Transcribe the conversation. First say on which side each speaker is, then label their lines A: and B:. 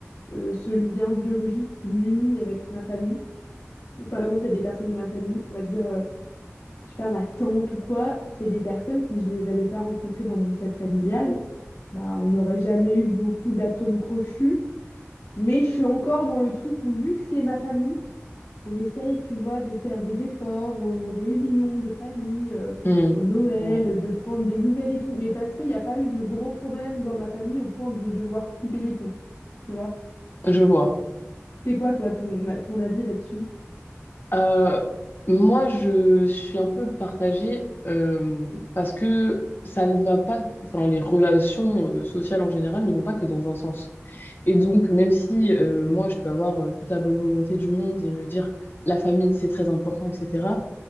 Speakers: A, on the left; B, on the left.
A: euh, ce lien biologique qui m'unit avec ma famille. Donc par exemple, il y a des personnes de ma famille, on va dire. euh, je sais pas, ma tante ou quoi, c'est des personnes, si je les avais pas rencontrées dans mon cadre familial, bah, on n'aurait jamais eu beaucoup d'atomes crochus. Mais je suis encore dans le truc où, vu que c'est ma famille, j'essaye, tu vois, de faire des efforts aux réunions de famille, euh,
B: Hmm,
A: au Noël,
B: ouais,
A: de prendre des nouvelles et tout. Mais parce qu'il n'y a pas eu de gros problèmes dans ma famille au point de devoir couper les ponts, tu vois.
B: je vois.
A: C'est quoi, toi, ton, ton avis là-dessus?
B: Euh, moi, je suis un peu partagée euh, parce que ça ne va pas, enfin, les relations euh, sociales en général ne vont pas que dans un sens. Et donc, même si euh, moi, je peux avoir euh, toute la bonne volonté du monde et me dire la famille, c'est très important, etc.,